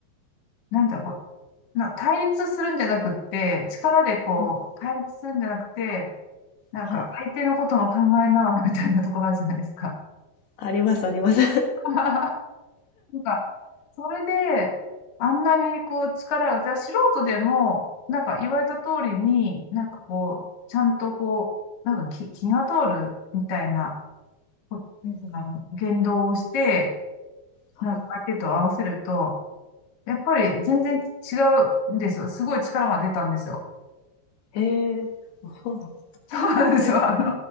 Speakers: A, on the left; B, on the left.
A: なんだろう、な、対立するんじゃなくって、力でこう、
B: うん。
A: 対立するんじゃなくて、なんか相手のことも考えながらみたいなとこあるじゃないですか。
B: はい。あります、あります。
A: <laughs> なんか、それで、あんなにこう力が、じゃあ素人でも、なんか言われた通りに、なんかこう、ちゃんとこう、なんか気、気が通るみたいな、こ
B: うんうん。
A: あの、言動をして、
B: はい。
A: なんか相手と合わせると、やっぱり全然違うんですよ。すごい力が出たんですよ。
B: へえ、そうなんです
A: そうなんですよ。
B: え、
A: あの、